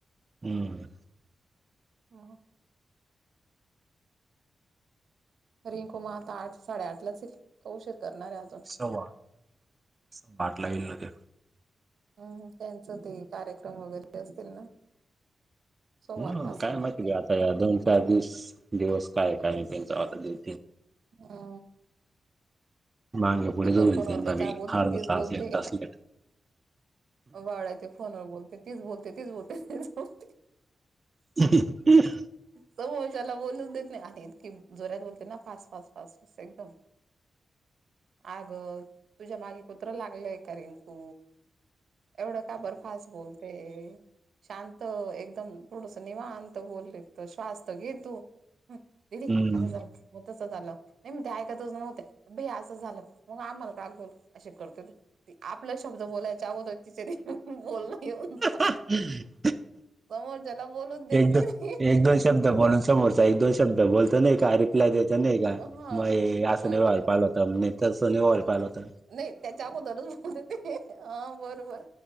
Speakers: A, on the right (about 30°); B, on the right (about 75°).
A: हम्.
B: ह. हरिंकुमार आठ साडेआठलाच येईल. तो उशीर करणारए आज.
A: सवट स वाट लागललं दे
B: हम् त्यांचं ते कार्यक्रम वगैरे असतील ना सोमवारपासन
A: हम् काय माहिती गे आता या दोन चार दिवस दिवस काय काय नाही त्यांचा आता दि
B: हा
A: मागे पुढे
B: ती
A: जाऊन
B: पण फोनवर
A: त्यांना
B: बेकार
A: बी
B: बोलते
A: अर्धा
B: तीच
A: तास
B: बोलते
A: एक तास लेट
B: वाडायचे फोनवर बोलते तीच बोलते तीच बोलते तीच बोलते
A: ह ह
B: समो ज्याला बोलूनच देत नाही आणि इतकी जोऱ्यात बोलते ना फास् फट फस्ट ब एकदम आग तुझ्या मागे कुत्रं लागलंय का रिंकू एवढं का बरफास् बोल ते शांत एकदम थोडस निवां बोलले श्वास तर घे तू दिदी
A: हम्म
B: असं झालं म तस झालं नाही म ते ऐकात ज नव्हते भया असं झालं मग आम्हाला का गोल असे करते त त आपला शब्द बोलायच्या अगोदर तिचेरी बोलण येऊन जा
A: हम्
B: समोरच्या्याला बोलून देत
A: एक
B: नाही ती.
A: दोन शब्द बोलून समोरचा एक दोन शब्द बोलतो नार ला देत नाही का
B: हा
A: म असं
B: बरोबर
A: नाही वा पाहिल होतता म्ह तस नाही वाल पाल होतता
B: नाही त्याच्या अगोदरच बोलतेेत हा बरोबर